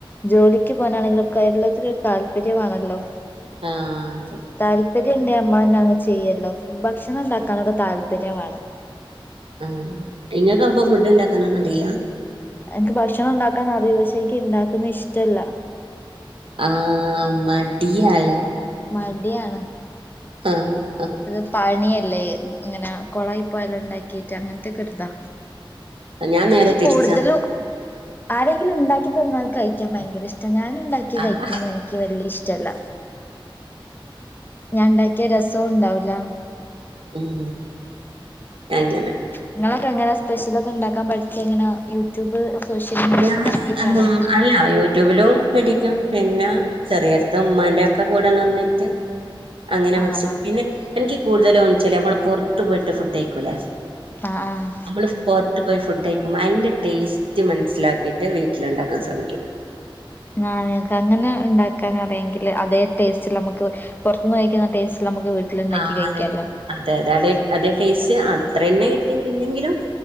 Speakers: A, on the left; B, on the right.
A: ജോലിക്ക് പോകാനാണെങ്കിലൊക്കെ എല്ലാത്തിനരു താല്പര്യമാണല്ലോ
B: ആഹ് അതെ
A: താല്പര്യംണ്ടേ അമ്മമാെ അങ്ങ് ചെയ്യല്ലോ ഭക്ഷണം ഉണ്ടാക്കാനൊക്കെ താല്പര്യം വേണം
B: ആഹ് നിങ്ങൾക്ക് അപ്പൊ ഫുഡ് ഉണ്ടാക്കാനൊന്നും അറില്ല
A: എനിക്ക് ഭക്ഷണം ഉണ്ടാക്കൻ അറിയൂ പക്ഷേക്ക് ഉണ്ടാക്കുന്ന ഇഷ്ടല്ല
B: ആഹ് മടിയല്ലേ
A: മടിയാണ്
B: ആഹ് ആഹ്
A: അത് പണിയല്ലേ ഇങ്ങനെ കൊളായി പോയാലാം ഉണ്ടാക്കിയിട്ട് അങ്ങനത്തൊക്കെ ഒരിതാ
B: ഞാൻ നേരെ
A: എനിക്ക്
B: തിരിച്ചാ
A: കൂടുതലും ആരെങ്കിലും ഉണ്ടാക്കി തന്നാൽ കഴിക്കാൻ ഭയങ്കര ഇഷ്ടാ ഞാൻ ഉണ്ടാക്കി കി
B: ആഹ്
A: കഴിക്കുന്നത് എനിക്ക് വലിയ ഇഷ് റ്റല്ല ഞണ്ടാക്കിയാ രസോം ഉണ്ടാവൂല
B: ഉം എങ്ങനെ
A: നിങ്ങളൊക്കെ എങ്ങനെ സ്പെഷ്യലൊക്കെ ഉണ്ടാക്കാൻ പഠിച്ചെങ്ങനെ യൂട്യൂബ് സോഷ്യൽ മീഡിയ
B: ഞാന്
A: ഒക്കെ നോക്കിട്ടാണോ
B: അല്ല യൂ ട്യൂബിലും പിടിക്കും പിന്നെ ചെറിയടുത്ത് ഉമ്മാന്റെ ഒക്കെ കൂടെ നിന്നിട്ട് അങ്ങനെ പഠിച്ച
A: ആഹ്
B: പിന്നെ എനിക്ക് കൂടുതലും ഒന്നിച്ചല്ലേ നമ്മൾ പുറത്തു പോയിട്ട് ഫുഡ് കഴിക്കൂല്ലേ
A: ആഹ് ആഹ്
B: നമ്മള് പുറത്തു പോയി ഫുഡ് കഴിക്കുമ്പോൾ അതിന്റെ ടേസ്റ്റ് മനസ്സിലാക്കിയിട്ട് വീട്ടിലുണ്ടാക്കാൻ ശ്രമിക്കും
A: ആഹ് അങ്ങനെ ഉണ്ടാക്കാൻ അറിയെങ്കിൽ അതേ ടേസ്റ്റിൽ നമുക്ക് പുറത്തു നിന്ന് കഴിക്കുന്ന ടേസ്റ്റിൽ നമുക്ക് വീട്ടിലുണ്ടാക്കി
B: ആഹ്
A: കഴിക്കാല്ലോ
B: അതെ അതെ അതെ അ അതേ ടേസ്റ്റ് അത്ര തന്നെ കിട്ടിട്ടില്ലെങ്കിലും